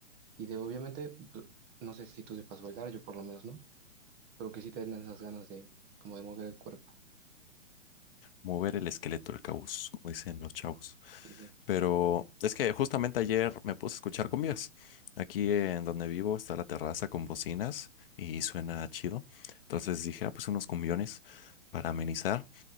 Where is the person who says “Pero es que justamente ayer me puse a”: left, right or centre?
Left